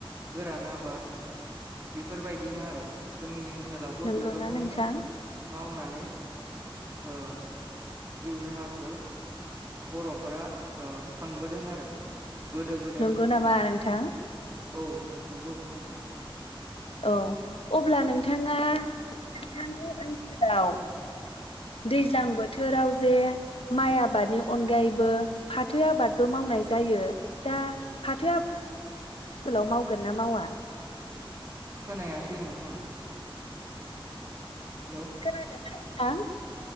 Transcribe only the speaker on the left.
नंगौना
नोंथां
नंगौ नामा नोंथां
औ अब्ला नोंथाङा नोंथांनि ओनसोलाव दैज्लां बोथोराव जे माइ आबादनि अनगायैबो फाथो आबादबो मावनाय जायो दा <inaudible> लाव मावगोन ना मावा
खोनादों ना थां